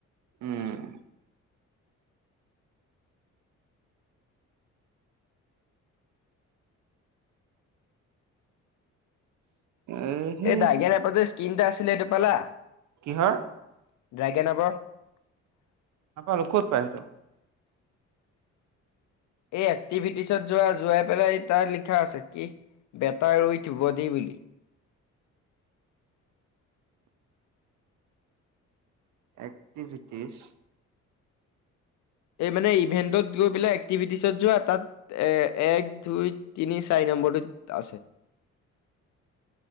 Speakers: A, on the right; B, on the left.
A: উম এ
B: <unintelligible> এটা আছিলে এইটো পালা
A: কিহৰ
B: <unintelligible>
A: নাপালো ক'ত পায়িলো
B: এই এক্টিভিটিছত যোৱা যোৱাই পেলাই ত লিখা আছে কি বেতাই ৰই থিব দি বুলি
A: এক্টিভিটিছ
B: এই মানে ইভেন্টত গৈ পেলাই এক্টিভিটিছত যোৱা তাত এ এক দুই তিনি চাৰি ন নম্বৰ টোত আছে